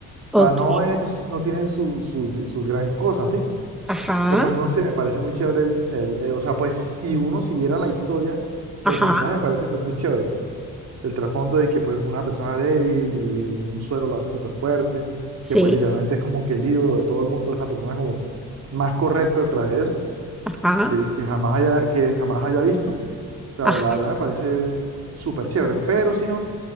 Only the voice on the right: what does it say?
sea, no es... No tiene su, su, su gran cosa, ¿sí?
Pero pues no sé, me parece muy chévere el, el- eh, o sea, pues si uno siguiera la historia
del personaje, me parece que es muy chévere. El trasfondo de que pues una persona débil y un suero lo hace súper fuerte,
que pues literalmente es como que el ídolo de todo el mundo, es la persona como más correcta detrás de eso,
que, que jamás haya, que jamás haya visto. O sea,
la verdad me parece súper chévere. Pero si no,